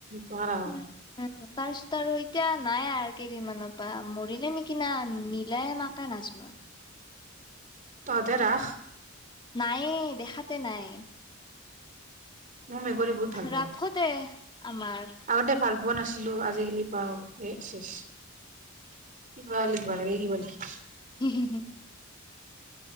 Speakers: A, on the right (about 40°); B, on the left (about 20°).
A: কৰা হয়।
B: উ তাৰছতে আৰু ঐ এতিয়া নাই আৰু কেইদিনমানৰ পৰা মৰিলে নেকি না নীলাই মাকে নাজো আৰু
A: তহঁতে ৰাখ।
B: নাইে দেখাতে নাই,
A: মোৰ মেকুৰী বহুত ভাল পাওঁ
B: ৰাখোতে আমাৰ
A: আগতে ভাল লিব নাছিলো আজিকালি পাও এ চেছ কিবা লিখিব লাগে কিবা লিখি
B: হো হো হো।